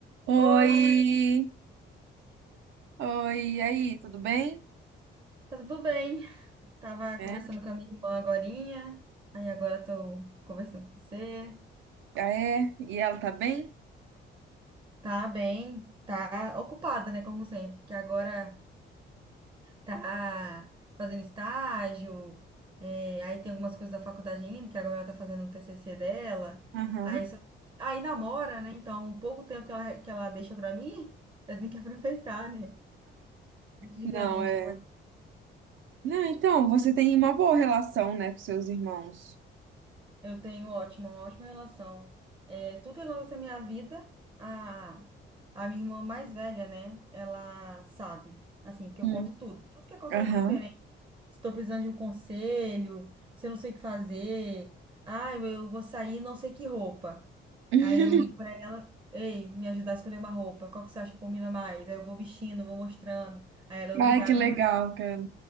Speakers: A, on the right; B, on the right.
A: Oi,
B: Oi,
A: oi, e aí, tudo bem?
B: tá tudo bem? Tava
A: É,
B: conversando com a minha irmã agorinha, aí agora tô conversando com você.
A: ah, é, e ela tá bem?
B: Tá bem, tá ocupada, né, como sempre, porque agora tá fazendo estágio, é, aí tem algumas coisas da faculdade ainda, que agora ela tá fazendo um TCC dela,
A: Aham.
B: aí, só- aí namora, né, então o pouco tempo que ela, que ela deixa pra mim, <laughs> eu tenho que aproveitar, né? Diferente,
A: Não, é. Não, então, você tem uma boa relação, né, com seus irmãos.
B: Eu tenho ótima, uma ótima relação. É, tudo que acontece na minha vida, a, a minha irmã mais velha, né? Ela sabe. Assim, porque
A: Hum.
B: eu conto tudo. Tudo que acontece
A: Aham.
B: de diferente. Se estou precisando de um conselho, se eu não sei o que fazer. Ah, eu, eu vou sair, não sei que roupa.
A: <laughs>
B: Aí eu ligo para ela, ei, me ajudar a escolher uma roupa. Qual que você acha que combina mais? Aí eu vou vestindo, vou mostrando. Aí ela é obrigada
A: Ai, que legal,
B: a me.
A: cara.